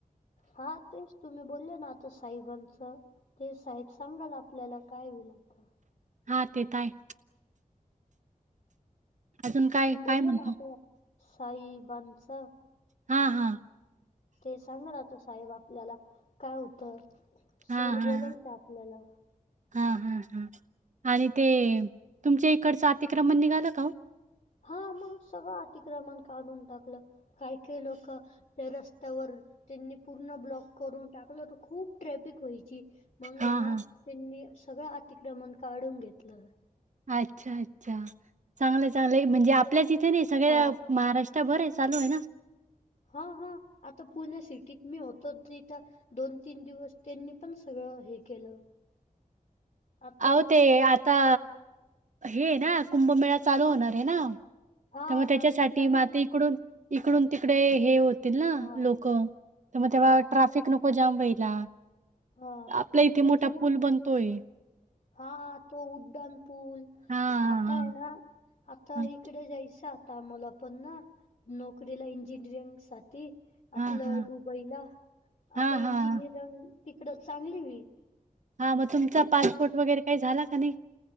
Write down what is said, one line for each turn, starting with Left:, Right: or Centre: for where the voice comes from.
Left: हा तेच तुम्ही बोलले ना आता साहेबांचं ते साहेब सांगाले आपल्याला काय होईल ते
Right: हा तेेत आहे अजून काय
Left: तुम्ही
Right: काय
Left: बोलले
Right: म्हणतो?
Left: ना ते साहेबांच
Right: हा हा
Left: ते सांगल आता साहेब आपल्याला काय होतं
Right: हां,
Left: सर
Right: हां,
Left: बोलाल ते आपल्याला
Right: हां हां हां आणि ते तुमच्या इकडचं अतिक्रमण निघालं का ओ
Left: हा मग सगळं अतिक्रमण काढून टाकलं काही काही लोक त्या रस्त्यावर त्यांनी पूर्ण ब्लॉक करून टाक लं त खूप ट्रॅफिक व्हायची मग
Right: हां,
Left: आहे ना
Right: हां.
Left: त्यांनी सगळं अतिक्रमण काढून घेतलं
Right: अच्छा अच्छा चांगलं चांगलं म्हणजे आपल्याच इथे नाही सगळ्या
Left: हा
Right: महाराष्ट्र त्या बरं हे आहे चालू आहे ना
Left: हा हा आता पुणे सिटीत मी होतो तिथं दोन तीन दिवस त्यांनी पण सगळं हे केलं आता
Right: अहो ते आता हे आहे ना कुंभमेळा चालू होणार आहे ना
Left: हा
Right: तर मग त्याच्यासाठी
Left: नाशिकला
Right: माती
Left: ना
Right: इकडून इकडून तिकडे हे होतील ना
Left: हा
Right: लोक मग तेव्हा
Left: हा
Right: ट्राफिक शिक नको जाम व्हायला
Left: हा
Right: आपला इथे
Left: त्याच्यामुळे
Right: मोठा पूल बनतोय
Left: हा तो उड्डाण पूल
Right: हां,
Left: आता
Right: हां,
Left: आहे ना आता
Right: हां.
Left: इकडे जायसात आम्हाला पण ना नोकरीला इंजिनिअरिंग साठी
Right: हां,
Left: आपलं
Right: हां, हां.
Left: दुबईला
Right: हां,
Left: आता
Right: हां,
Left: इंजिनिअरिंग
Right: हां.
Left: तिकड चांगली होईल
Right: हा मग तुमचा पासपोर्ट वगैरे काही झाला का नाही